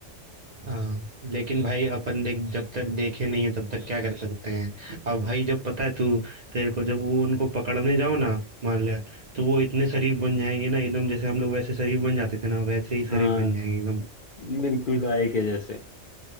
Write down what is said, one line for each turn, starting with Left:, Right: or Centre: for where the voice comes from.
Right: हाँ लेकिन भाई अपन देख जब तक देखे नहीं है तब तक क्या कर सकते हैं अब भाई जब पता है तू तेरे को जब वो उनको पकड़ने जाओ ना मान ले तो वो इतने शरीफ बन जाएंगे ना एकदम जैसे हम लोग वैसे शरीफ बन जाते थे ना वैसे ही शरीफ
Left: हाँ
Right: बन जाएंगे एकदम
Left: बिल्कुल गाय के जैसे